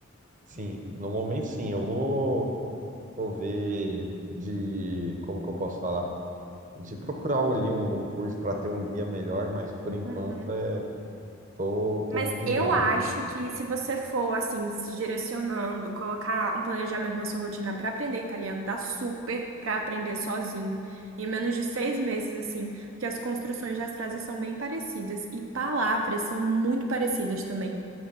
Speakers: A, on the right; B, on the right.
A: Sim, no momento sim, eu vou, vou ver de, como que eu posso falar? De procurar ali um, um curso para ter um guia melhor, mas por enquanto
B: Uhum.
A: é, tô, tô
B: Mas
A: me virando
B: eu acho
A: aqui.
B: que se você for assim, se direcionando, colocar um planejamento na sua rotina para aprender italiano, dá super para aprender sozinho. Em menos de seis meses, assim, porque as construções das frases são bem parecidas e palavras são muito parecidas também.